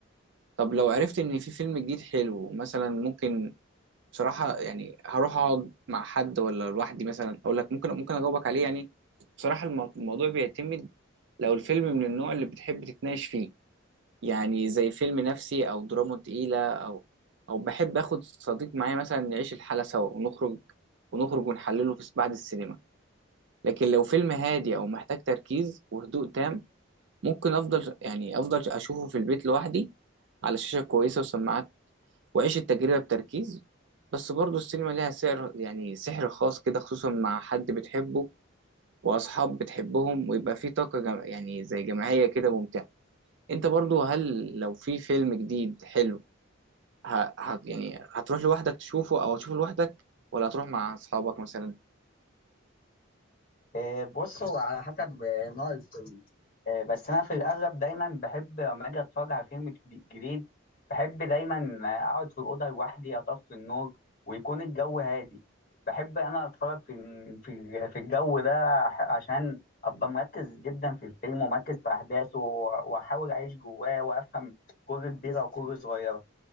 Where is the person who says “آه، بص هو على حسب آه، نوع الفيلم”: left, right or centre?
Left